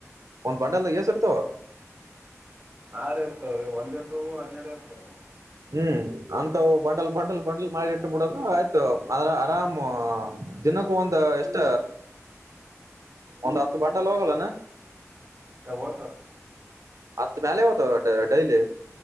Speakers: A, on the right; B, on the right.
A: ಒಂದ್ ಬಂಡಲ್ದ ಎಸರ್ ತ
B: ಆ್ರ ಇರ್ತವ್ರೀ ಒಂದ್ ಲಟ ಹನ್ನೆರಡು ಇರ್ತವ್ರೀ
A: ಹ್ಮ್ ಅಂತವು ಬಂಡಲ್ ಬಂಡಲ್ ಬಂಡಲ್ ಮಾಡಿಟ್ಟ ಬಿಡೋದು ಆಯ್ತು ಅದ್ರ ಆರಾಮ್ ಇನ್ನಕ್ಕೂ ಒಂದ ಎಷ್ಟ ಒಂದ್ ಹತ್ತು ಬಟಲ್ ಹೋಗಲ್ಲಾನ
B: ಯಬರ
A: ಆ ಮ್ಯಲೆವತ ಡೈಲಿ